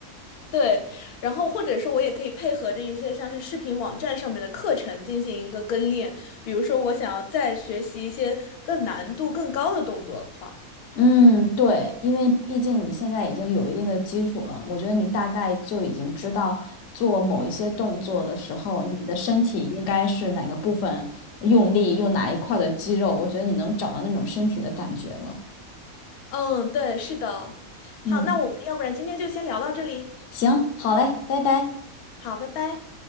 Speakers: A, on the left; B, on the left.
A: 对，然后或者说我也可以配合着一些像是视频网站上面的课程进行一个跟练，比如说我想要再学习一些更难度更高的动作的话，
B: 嗯，对，因为毕竟你现在已经有一定的基础了，我觉得你大概就已经知道做某一些动作的时候，你的身体应该是哪个部分用力，用哪一块的肌肉，我觉得你能找到那种身体的感觉了。
A: 嗯，对，是的。
B: 嗯，
A: 好，那我们要不然今天就先聊到这里。
B: 行，好嘞，拜拜。
A: 好，拜拜。